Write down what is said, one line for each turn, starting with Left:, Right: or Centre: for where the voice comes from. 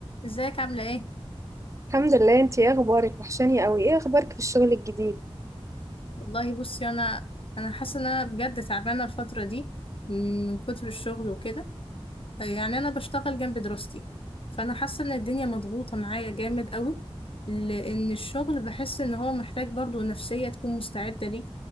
Left: ازيك عاملة ايه؟
Right: الحمد لله انتي ايه اخبارك وحشاني قوي ايه اخبارك في الشغل الجديد
Left: والله بصي انا انا حاسة ان انا بجد تعبانة الفترة دي من كتر الشغل وكده يعني انا بشتغل جنب دراستي فانا حاسه ان الدنيا مضغوطه معايا جامد قوي لان الشغل بحس ان هو محتاج برضو نفسيه تكون مستعده ليه